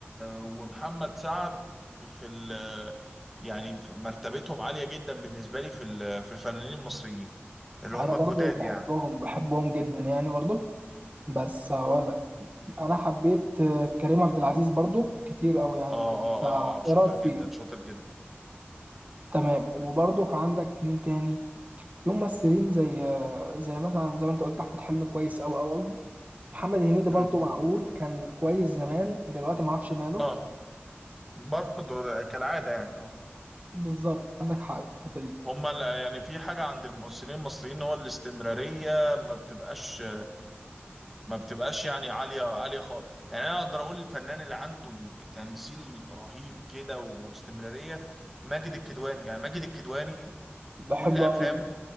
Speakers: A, in the centre; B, on the right.
A: ومحمد سعد في ال... يعني في مرتبتهم عاليه جدا بالنسبه لي في ال... في الفنانين المصريين اللي
B: انا
A: هم
B: برضو
A: الجداد
B: بحبهم
A: يعني
B: بحبهم جدا يعني برضو بس هقولك انا حبيت آه، كريم عبد العزيز برضو كتير قوي يعني
A: اه
B: وكده
A: اه
B: انت
A: اه اه شاطر
B: ايه رايك فيه
A: جدا شاطر جدا
B: تمام وبرضو كان عندك مين تاني في ممثلين زي آه، زي مثلا زي ما انت قلت احمد حلمي كويس قوي قوي قوي محمد هنيدي برضو
A: مم.
B: معقول كان كويس زمان دلوقتي ما اعرفش ماله
A: اه برضه كالعاده يعني اه
B: بالظبط عندك حق في الحته دي
A: هما ال- يعني في حاجة عند الممثلين المصريين هو الاستمرارية ما بتبقاش ما بتبقاش يعني عالية عالية خالص يعني أنا أقدر أقول الفنان اللي عنده تمثيل رهيب كده واستمرارية ماجد الكدواني يعني ماجد الكدواني
B: بحبه
A: كل أفلامه
B: قوي